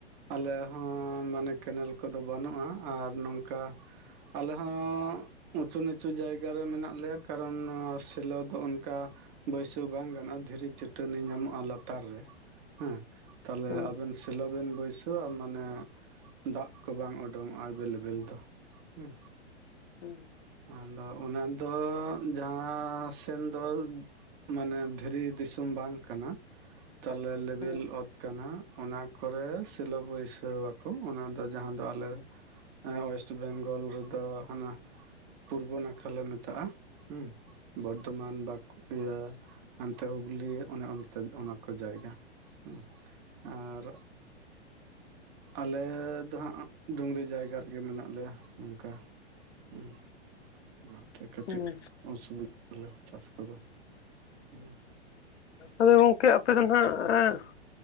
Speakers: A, on the right (about 40°); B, on the left (about 75°).
A: ᱟᱞᱮ ᱦᱚᱸ ᱢᱟᱱᱮ ᱠᱮᱱᱮᱞ ᱠᱚᱫᱚ ᱵᱟᱹᱱᱩᱜᱼᱟ᱾ ᱟᱨ ᱱᱚᱝᱠᱟᱼᱼ ᱟᱞᱮ ᱦᱚᱸᱻ ᱩᱸᱪᱩ ᱱᱤᱪᱩ ᱡᱟᱭᱜᱟ ᱨᱮ ᱢᱮᱱᱟᱜ ᱞᱮᱭᱟ᱾ ᱠᱟᱨᱚᱱ ᱥᱮᱞᱳ ᱫᱚ ᱚᱱᱠᱟᱼᱼ ᱵᱟᱹᱭᱥᱟᱹᱣ ᱵᱟᱝ ᱜᱟᱱᱚᱜᱼᱟ ᱫᱷᱤᱨᱤ ᱪᱟᱹᱴᱟᱹᱱᱤ ᱧᱟᱢᱚᱜᱼᱟ ᱞᱟᱛᱟᱨ ᱨᱮ᱾ ᱦᱮᱸ ᱛᱟᱦᱟᱞᱮ
B: ᱦᱩᱸ
A: ᱟᱵᱮᱱᱼᱼ ᱥᱮᱞᱳ ᱵᱮᱱ ᱵᱟᱹᱭᱥᱟᱹᱣᱟ᱾ ᱢᱟᱱᱮᱼᱼ ᱫᱟᱜ ᱠᱚ ᱵᱟᱝ ᱩᱰᱳᱝᱚᱜᱼᱟ ᱮᱵᱮᱞ ᱮᱵᱮᱞ ᱫᱚ, ᱦᱩᱸ᱾
B: ᱦᱩᱸ᱾
A: ᱟᱫᱚ ᱚᱱᱟ ᱫᱚ ᱡᱟᱦᱟᱸ ᱥᱮᱱ ᱫᱚ ᱢᱟᱱᱮ ᱫᱷᱤᱨᱤ ᱫᱤᱥᱚᱢᱼᱼ ᱵᱟᱝ ᱠᱟᱱᱟ᱾ ᱛᱟᱦᱚᱞᱮ ᱞᱮᱵᱮᱞ
B: ᱦᱩᱸ
A: ᱚᱛᱼᱼ ᱠᱟᱱᱟ ᱾ ᱚᱱᱟ ᱠᱚᱨᱮ ᱥᱤᱞᱳ ᱵᱟᱹᱭᱥᱟᱹᱣᱟᱠᱚ᱾ ᱚᱱᱟ ᱫᱚ ᱡᱟᱦᱟᱸ ᱫᱚ ᱟᱞᱮᱼᱼ ᱮ ᱳᱭᱮᱥᱴ ᱵᱮᱝᱜᱚᱞ ᱨᱮᱫᱚ, ᱦᱟᱱᱟ ᱯᱩᱨᱵᱚ ᱱᱟᱠᱷᱟ ᱞᱮ ᱢᱮᱛᱟᱜᱼᱟ᱾ ᱦᱩᱸ, ᱵᱚᱨᱫᱷᱚᱢᱟᱱ ᱵᱟᱠᱩ ᱤᱭᱟᱹ, ᱦᱟᱱᱛᱮ ᱦᱚᱸ <unintelligible> ᱼᱼ ᱦᱩᱜᱽᱞᱤ ᱚᱱᱮ ᱚᱱᱛᱮ, ᱚᱱᱟ ᱠᱚ ᱡᱟᱭᱜᱟ᱾ ᱦᱚᱸ ᱟᱨᱼᱼ ᱟᱞᱮᱻ ᱫᱚ ᱦᱟᱸᱜ ᱰᱩᱝᱨᱤ ᱡᱟᱭᱜᱟ ᱨᱮᱜᱮ ᱢᱮᱱᱟᱜ ᱞᱮᱭᱟ ᱱᱚᱝᱠᱟ᱾ ᱦᱩᱸ ᱟᱨᱛᱮ <unintelligible> ᱠᱟᱹᱴᱤᱡ
B: ᱦᱩᱸ
A: ᱚᱥᱩᱵᱤᱫᱷᱟᱞᱮ ᱪᱟᱥ ᱠᱚᱫᱚ᱾ ᱦᱩᱸ
B: ᱟᱫᱚ ᱜᱚᱝᱠᱮ, ᱟᱯᱮ ᱫᱚ ᱱᱷᱟᱜ ᱮᱸᱼᱼ